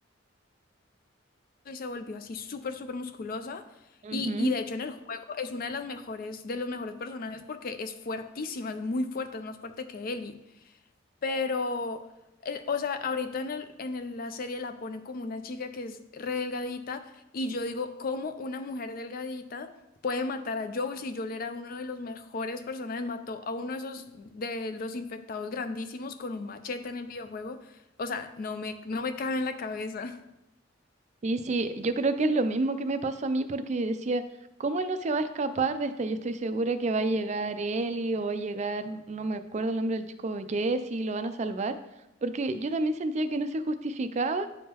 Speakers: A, on the left; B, on the right.
A: y se volvió así súper, súper musculosa.
B: Ujú.
A: Y, y de hecho en el juego es una de las mejores, de los mejores personajes porque es fuertísima, es muy fuerte, es más fuerte que Ellie. pero, el o sea, ahorita en el, en el- la serie la ponen como una chica que es re delgadita y yo digo, ¿cómo una mujer delgadita puede matar a Joel si Joel era uno de los mejores personajes? Mató a uno de esos de los infectados grandísimos con un machete en el videojuego. O sea, no me, no me cabe en la cabeza.
B: Y sí, yo creo que es lo mismo que me pasó a mí porque decía, ¿cómo él no se va a escapar de esta? Yo estoy segura que va a llegar Eli o va a llegar, no me acuerdo el nombre del chico, Jesse, lo van a salvar, porque yo también sentía que no se justificaba